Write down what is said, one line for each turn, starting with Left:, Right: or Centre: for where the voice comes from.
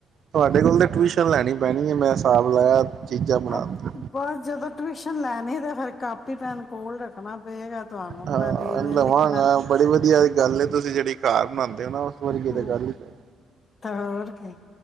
Right: ਤੁਹਾਡੇ ਕੋਲ ਤੇ ਟਿਊਸ਼ਨ ਲੈਣੀ ਪਹਿਣੀ ਮੈਂ ਹਿਸਾਬ ਲਾਇਆ ਚੀਜ਼ਾਂ ਬਣਾਉਣ
Left: ਅਬ,
Right: ਦੀ
Left: ਬਸ ਜਦੋਂ ਟਿਊਸ਼ਨ ਲੈਣੀ ਤਾਂ ਫੇਿਰ ਕਾਪੀ ਪੈਨ ਕੋਲ ਰੱਖਣਾ ਪਏਗਾ ਤੁਹਾਨੂੰ
Right: ਹਾਂ
Left: ਵੀ
Right: ਇਹ
Left: ਮੈਂ
Right: ਲਵਾਂਗਾ,
Left: ਲਿਖਣਾ
Right: ਬੜੀ ਵਧੀਆ ਦੀ ਗੱਲ ਤੁਸੀਂ ਜਿਹੜੀ ਘਰ ਬਣਾਉਂਦੇ ਹੋ ਨਾ ਉਸ ਵਰਗੀ
Left: ਲਿਖਣਾ
Right: ਤੇ ਗੱਲ ਹੀ ਕੋਈ ਨਹੀ
Left: ਤਾਂ ਹੋਰ ਕੀ